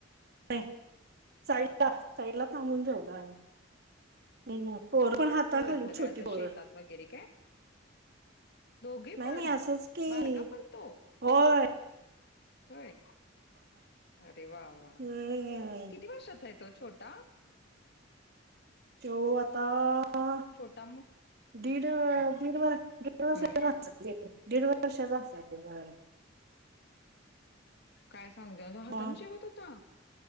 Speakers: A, on the right; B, on the left.
A: <unintelligible> साईडला <unintelligible> थांबून जेवलो आम्ही. हम्म पोरं पण हाताखाली
B: हो <unintelligible>
A: छोटी
B: असं
A: पोरं
B: शेतात वगैरे काय? दोघे
A: नाही
B: पण
A: नाही असंच की
B: बारका पण तो.
A: होय
B: होय, अरे वा वा
A: हम्म
B: किती वर्षाचा आहे. तो छोटा.
A: तोय आता. अ
B: छोटा मु
A: दीड
B: हा
A: दीड व दीड वर्षाचा
B: हम्म
A: दीड वर्षाचा असलं.
B: काय सांगत्यास तो हातानं
A: मग
B: जेवत होता.